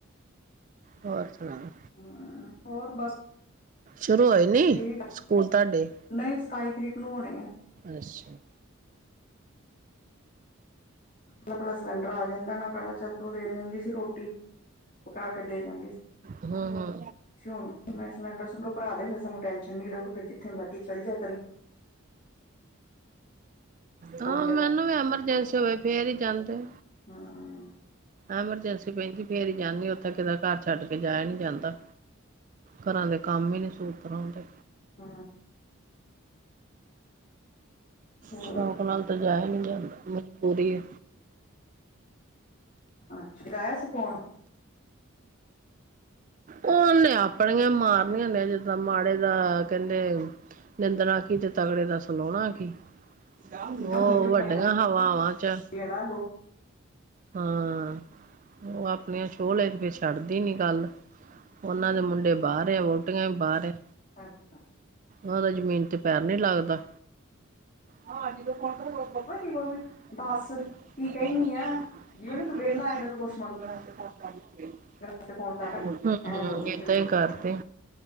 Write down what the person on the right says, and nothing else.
ਹੋਰ ਸੁਨਾਓ?
ਸ਼ੁਰੂ ਹੋਏ ਨੀ,
ਸਕੂਲ ਤਾਡੇ?
ਅੱਸ਼ਾ
ਹਂ-ਹਂ
ਹਾਂ,
ਮੈਨੂੰ ਵੀ ਐਮਰਜੈਂਸੀ ਹੋਵੇ ਫੇਰ ਈ ਜਾਂਦੇ।
ਐਮਰਜੈੰਸੀ ਪੈੰਦੀ ਫੇਰ ਈ ਜਾਂਨੀ ਓਥੇ ਕੇੜਾ ਘਰ ਛੱਡ ਕੇ ਜਾਏਆ ਨੀ ਜਾਂਦਾ। ਘਰਾਂ ਦੇ ਕੰਮ ਈ ਨੀ ਸੂਤਰ ਆਂਦੇ।
ਸ਼ੌਕ ਨਾਲ ਤੇ ਜਾਏਆ ਨੀ ਜਾਂਦਾ ਮਜਬੂਰੀ ਐ।
ਓਨੇ ਆਪਣੀਆਂ ਮਾਰਨੀਆਂ ਹੁੰਦੀਆਂ ਜਦੋਂ ਮਾੜੇ ਦਾ ਕੇਂਦੇ ਨਿੰਦਣਾ ਕੀ, ਤੇ ਤਗੜੇ ਦਾ ਸਲੋਣਾ ਕੀ ਵੋ
ਵੱਡੀਆਂ
ਹਵਾਵਾਂ 'ਚ
ਹਾਂ ਓ ਆਪਨੀਆਂ <unintelligible> ਛੱਡਦੀ ਨੀਂ ਗੱਲ ਓਨਾਂ ਦੇ ਮੁੰਡੇ ਬਾਰ ਐ, ਵੋਟੀਆਂ ਵੀ ਬਾਰ ਐ
ਓਦਾ ਜਮੀਨ ਤੇ ਪੈਰ ਨੀਂ ਲੱਗਦਾ। ਹਾਂ, ਜਦੋਂ ਫੋਨ ਕਰੂਗੀ ਪਤਾ ਕੀ
ਕਊਗੀ
ਦਸ ਕੀ
ਕੇਂਨੀ
ਐ?
<unintelligible> ਹਮ-ਹਮ
ਏਦਾਂ
ਈ ਕਰਦੇ।